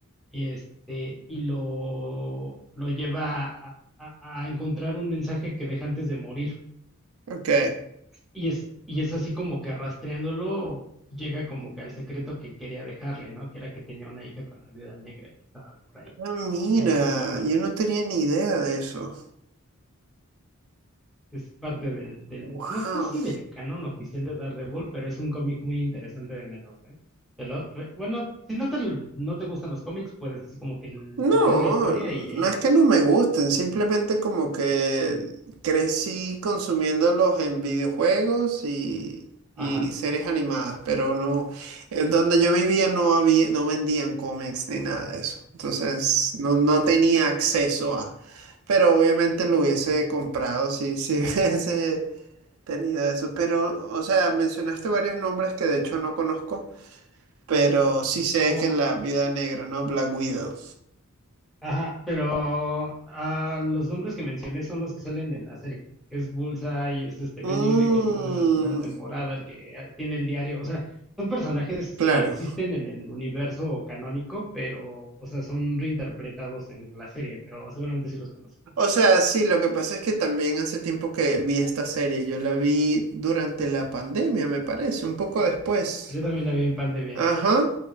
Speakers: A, in the centre; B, on the right.
A: Y este, y lo, lo lleva a, a- a encontrar un mensaje que deja antes de morir.
B: ok.
A: Y es, y es así como que rastreándolo llega como que al secreto que quería dejarle, ¿no? Que era que tenía una hija con la viuda negra y que estaba por ahí,
B: Ah, mira,
A: en alguna parte.
B: yo no tenía ni idea de eso.
A: Es parte del, del,
B: Wow.
A: no sé si del canon oficial de Daredevil, pero es un cómic muy interesante de menos, ¿eh? Te lo re- bueno, si no te, l- no te gustan los cómics, puedes así como que l-
B: No,
A: ojear la historia
B: no
A: y ahí está.
B: es que no me gusten, simplemente como que crecí consumiéndolos en videojuegos y,
A: Ajá.
B: y series animadas, pero no, en donde yo vivía no había, no vendían cómics ni nada de eso. Entonces no, no tenía acceso a. Pero obviamente lo hubiese comprado si, si <laughs> hubiese tenido eso. Pero, o sea, mencionaste varios nombres que de hecho no conozco. Pero sí sé
A: Wow.
B: que la vida Negra, ¿no? Black Widow.
A: Ajá, pero ah, los nombres que mencioné son los que salen en la serie. Es Bullseye, es este Ben
B: Mm,
A: Urich, el que muere en la primera temporada, el que ah, tiene el diario. O sea, son personajes
B: claro.
A: que existen en el universo canónico, pero, o sea, son reinterpretados en la serie, pero seguramente sí los conoces.
B: O sea, sí, lo que pasa es que también hace tiempo que vi esta serie. Yo la vi durante la pandemia, me parece, un poco después.
A: Ah, Yo también la vi en pandemia.
B: Ajá.